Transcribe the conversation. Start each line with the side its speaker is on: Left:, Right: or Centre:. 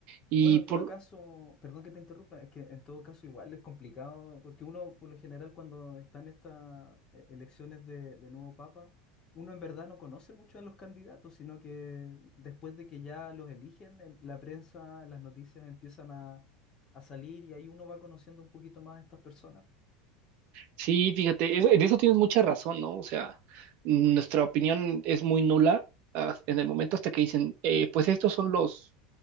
Right: Y
Left: Bueno, en
Right: por,
Left: todo caso, perdón que te interrumpa, es que en todo caso igual es complicado, porque uno por lo general cuando están estas eh, elecciones de, de nuevo papa, uno en verdad no conoce mucho a los candidatos, sino que después de que ya los eligen, em- la prensa, las noticias empiezan a, a salir y ahí uno va conociendo un poquito más a estas personas.
Right: sí, fíjate, eso- en eso tienes mucha razón, ¿no? O sea, nuestra opinión es muy nula ah, en el momento hasta que dicen, eh, pues estos son los